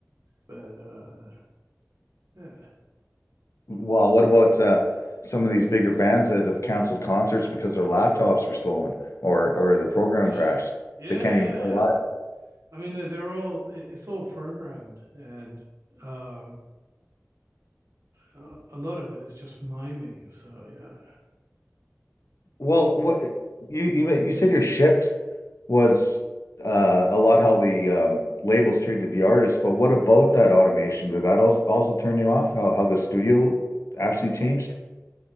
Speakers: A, on the right; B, on the left.
A: But uh yeah.
B: well, what about uh, some of these bigger bands that have canceled concerts because their laptops were stolen or or the program
A: <sighs>
B: crashed?
A: Yeah,
B: They can't
A: yeah,
B: even play
A: yeah.
B: live.
A: I mean, they're, they're all it's all programmed, and um, a lot of it is just miming. So yeah.
B: Well, what you you you said your shift was uh, a lot how the um, labels treated the artists, but what about that automation? Did that also also turn you off? How how the studio actually changed?